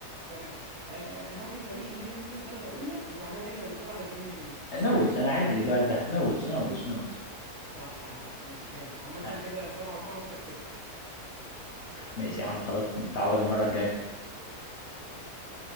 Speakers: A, on the right (about 60°); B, on the left (about 55°).
A: تمام آه هات لي فريق إنجليزي نزل درجة أولى وبعدها رجع بسرعة للبريمير ليج
B: نرويج
A: يعني
B: أنا
A: أقل
B: عارف السؤال
A: مدة
B: ده نرويج نرويج نرويج
A: صح يا معلم ماشي جامد عامة
B: آه،
A: كده سبعة أربعة وأنت كسبت
B: ماشي يا عم خلاص نتعوض المرة الجاية
A: إن شاء الله